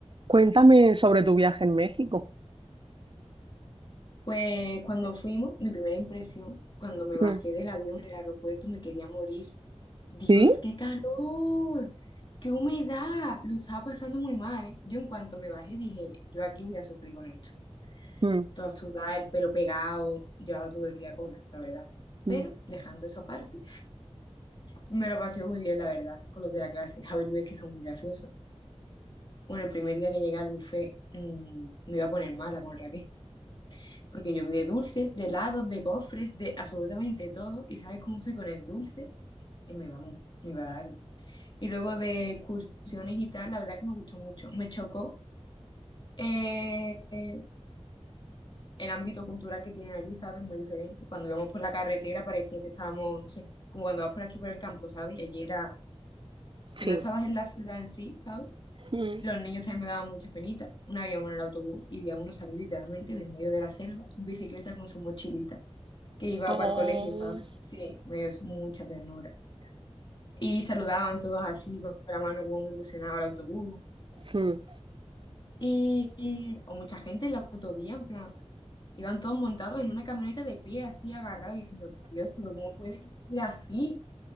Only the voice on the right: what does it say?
Cuéntame sobre tu viaje en México.
Mm,
¿Sí?
mm,
mm,
Sí.
Mm.
Oh,
mm.